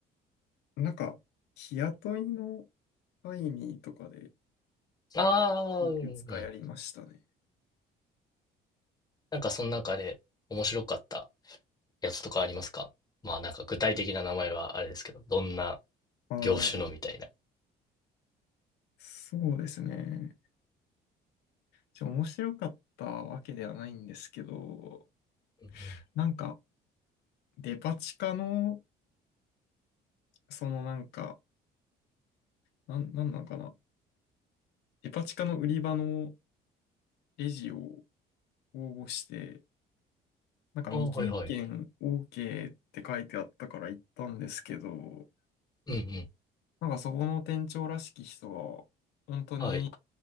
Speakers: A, on the left; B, on the left.
A: ー、なんか、日雇いの会議とかで
B: た。ああ、
A: いくつかやりましたね。
B: うん、うん。なんかその中で面白かったやつとかありますかまあなんか具体的な名前はあれですけど、どんな
A: ああ。
B: 業種のみたいな。
A: そうですね。ちょ、面白かったわけではないんですけど、
B: うんうん。
A: なんか、デパ地下の、そのなんか、なん、なんなんかな。デパ地下の売り場のレジを応募して、なんか未経験
B: ああ、はいはい。
A: OK って書いてあったから行ったんですけど、
B: うんうん。
A: なんかそこの店長らしき人が、本当に
B: はい。